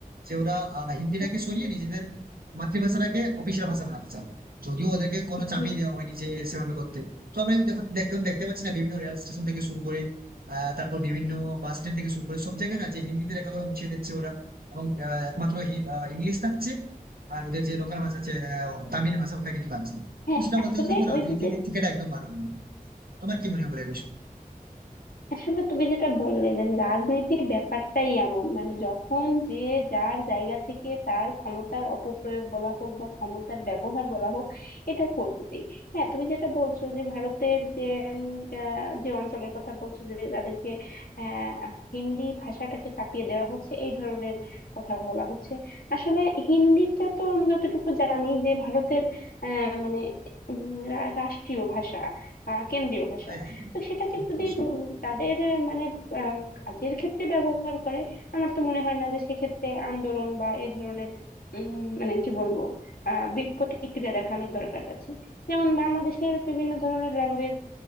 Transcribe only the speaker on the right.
যে ওরা আহ, হিন্দিটাকে
সরিয়ে নিজেদের মাতৃভাষাটাকে অফিসিয়াল ভাষা বানাতে চান যদিও ওদেরকে কোনো চাপিয়ে
দেওয়া হয়নি যে সেভাবে করতে তো আপনি দেখুন দেখুন দেখতে পাচ্ছি না বিভিন্ন রেল স্টেশন থেকে শুরু করে আহ, তারপর বিভিন্ন বাস স্ট্যান্ড থেকে শুরু করে সব জায়গায় না যে হিন্দিতে লেখাগুলো মুছিয়ে দিচ্ছে ওরা এবং আহ, একমাত্র ইংলিশ থাকছে আর ওদের যে লোকাল ভাষা আছে আহ, তামিল ভাষা ওটা কিন্তু থাকছে
তো সেটা
বলতে গেলে দেখো রাজনীতির
দিক থেকে এটা একদম ভালো নয় তোমার কি মনে হয় বলে বিষয়
হ্যাঁ হ্যাঁ হ্যাঁ।
ঠিক
বলেছো।